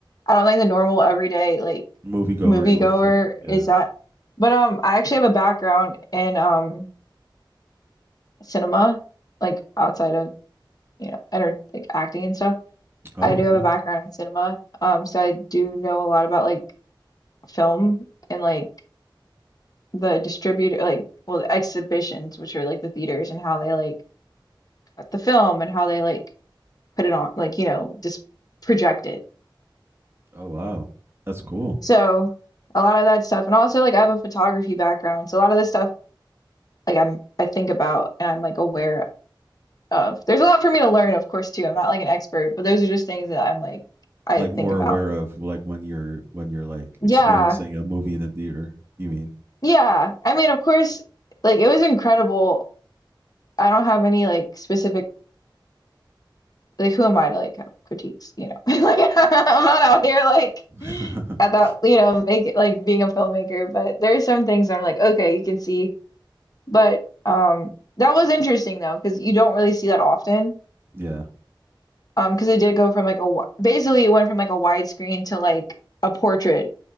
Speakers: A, on the left (about 50°); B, on the right (about 30°).
A: I don't think the normal everyday like
B: moviegoer
A: moviegoer
B: would. ca- Yeah.
A: is that. But um, I actually have a background in um cinema, like outside of you know enter like acting and stuff.
B: Oh
A: I do
B: no.
A: have a background in cinema, um, so I do know a lot about like film and like the distributor like well the exhibitions which are like the theaters and how they like cut the film and how they like put it on like you know just project it
B: Oh wow, that's cool.
A: so a lot of that stuff and also like I have a photography background so a lot of this stuff like I'm I think about and I'm like aware of there's a lot for me to learn of course too I'm not like an expert but those are just things that I'm like I
B: like
A: think
B: more
A: about
B: aware of like when you're when you're like
A: yeah
B: experiencing a movie in the theater you mean
A: yeah I mean of course like it was incredible I don't have any like specific like who am I to like have critiques, you know? <laughs> Like <laughs> I'm not out here like
B: <laughs>
A: at that, you know, make it like being a filmmaker, but there are some things I'm like, okay, you can see. But um that was interesting though, because you don't really see that often.
B: yeah
A: Um, because it did go from like a wi- basically it went from like a widescreen to like a portrait